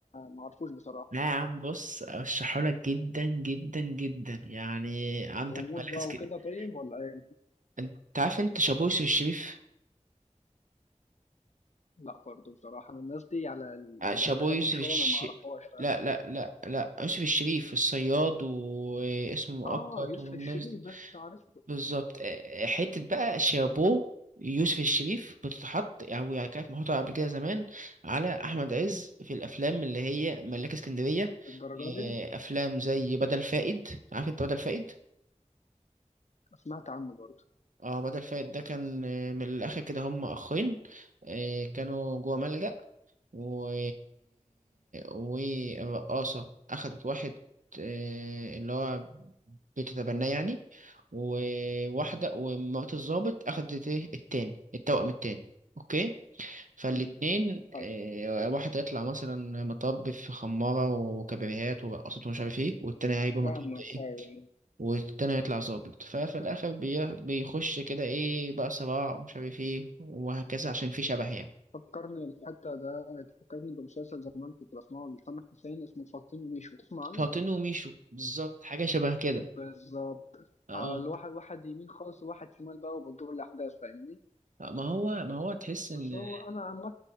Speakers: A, on the left; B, on the right.
A: ما عرفوش بصراحة
B: لا يا عم بص ارشحهولك جدا جدا جدا يعني عندك
A: غموض
B: ملاك
A: بقى
B: اسكندرية
A: وكده طيب ولا ايه
B: انت عارف انت شابو يوسف الشريف
A: لا برضه بصراحة أنا الناس دي على
B: آه، شابو
A: على
B: يوسف
A: قديم شوية
B: الش
A: انا ما اعرفهاش فاهم
B: لا لا لا لا يوسف الشريف الصياد واسمه مؤقت
A: اه يوسف
B: والناس
A: الشريف
B: دي.
A: بس عارف
B: بالظبط آه، آه، حتة بقى شابو يوسف الشريف بتتحط او يعني كانت محطوطة قبل كده زمان على احمد عز في الافلام اللي هي ملاك اسكندرية
A: الدرجة دي
B: آه، افلام زي بدل فائد عارف انت بدل فائد
A: سمعت عنه برضه
B: اه بدل فايت ده كان آه، من الاخر كده هم اخين آه، كانوا جوه ملجأ و... والرقاصة اخدت واحد آه، اللي هو بتتبناه يعني وواحدة ومرات الضابط اخدت ايه التاني التوأم التاني اوكي فالاتنين
A: مم.
B: آه،
A: حلو.
B: واحد هيطلع مثلا مطب في خمارة وكبريهات ورقصات ومش عارف ايه والتاني هيبقى
A: فاهمك
B: مطب إيه؟
A: أيوة
B: والتاني هيطلع ظابط ففي الآخر بي- بيخش كده إيه بقى صراع ومش عارف إيه وهكذا عشان في شبه يعني
A: فكرني الحتة ده فكرني بمسلسل زمان كنت بسمعه لسامح حسين اسمه فاطين وميشو تسمع عنه؟
B: فاطين وميشو بالظبط حاجة شبه كده
A: بالظبط
B: اه
A: آه، الواحد واحد يمين خالص وواحد شمال بقى وبتدور الأحداث فاهمني؟
B: آه، ما هو ما هو تحس إن
A: بس هو انا عامه